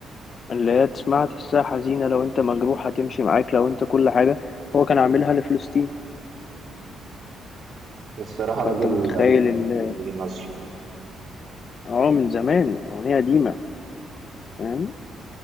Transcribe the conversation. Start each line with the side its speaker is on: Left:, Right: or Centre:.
Left: اللي هي تسمعها تحسها حزينة لو أنت مجروح هتمشي معاك لو أنت كل حاجة هو كان عاملها لفلسطين
Right: الصراحة راجل
Left: فأنت متخيل
Right: آه،
Left: ال-
Right: راجل ليه نظر
Left: اه من زمان يعني أغنية قديمة فاهم